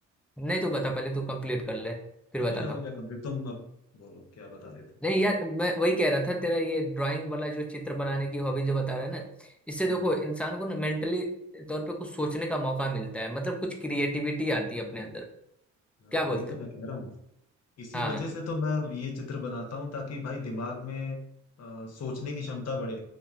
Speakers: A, in the centre; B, on the left.
A: नहीं तू बता पहले तू कंप्लीट कर ले फिर
B: ना
A: बताता
B: मेरा हो
A: हूँ
B: गया कंप्लीट तुम अब बोलो क्या बता रहे थे
A: नहीं यार मैं वही कह रहा था तेरा ये ड्राइंग वाला जो चित्र बनाने की हॉबी जो बता रहा है ना इससे
B: हम्म
A: देखो इंसान को ना मेंटली तौर पे कुछ सोचने का मौका मिलता है मतलब कुछ क्रिएटिविटी आती है अपने अंदर
B: हाँ
A: क्या
B: वही
A: बोलते
B: तो
A: हो
B: मैं कह रहा हूँ इसी
A: हाँ
B: वजह से तो मैं ये चित्र बनाता हूँ ताकि भाई दिमाग में अ, सोचने की क्षमता बढ़े